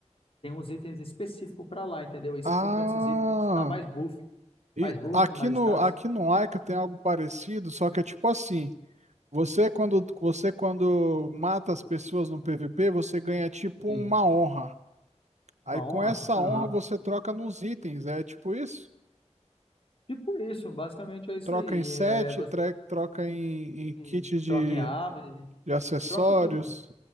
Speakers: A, on the left; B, on the right.
A: tem uns itens específicos para lá, entendeu? E se
B: Ah,
A: tu comprando esses itens, ele te dá mais buff,
B: e
A: mais buff,
B: aqui
A: mais
B: no
A: status.
B: aqui no Aika tem algo parecido, só que é tipo assim, você quando você quando mata as pessoas no PVP, você ganha tipo
A: Sim,
B: uma honra. Aí
A: uma
B: com
A: honra.
B: essa
A: Aham.
B: honra você troca nos itens, é tipo isso?
A: Tipo isso, basicamente é isso
B: Troca
A: aí.
B: em set,
A: É, é, você
B: tre- troca em, em
A: tem-
B: kit de,
A: troca em ave,
B: de acessórios.
A: troca em tudo.